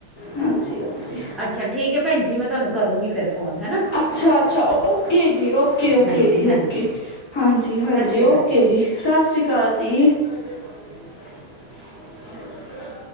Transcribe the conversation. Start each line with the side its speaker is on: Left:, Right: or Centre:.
Left: ਹਾਂਜੀ ਹਾਂਜੀ,
Centre: ਅੱਛਾ ਠੀਕ ਹੈ ਭੈਣ ਜੀ ਮੈਂ ਤੁਹਾਨੂੰ ਕਰੂੰਗੀ ਫਿਰ ਫੋਨ ਹੈਨਾ
Left: ਅੱਛਾ ਅੱਛਾ, ਓਕੇ ਜੀ, ਓਕੇ ਓਕੇ
Centre: ਹਾਂਜੀ
Left: ਜੀ
Centre: ਹਾਂਜੀ
Left: ਓਕੇ ਹਾਂਜੀ ਹਾਂਜੀ
Centre: ਸਤਿ ਸ਼੍ਰੀ
Left: ਓਕੇ
Centre: ਅਕਾਲ
Left: ਜੀ ਸਤਿ ਸ੍ਰੀ ਕਾਲ ਜੀ। <inaudible>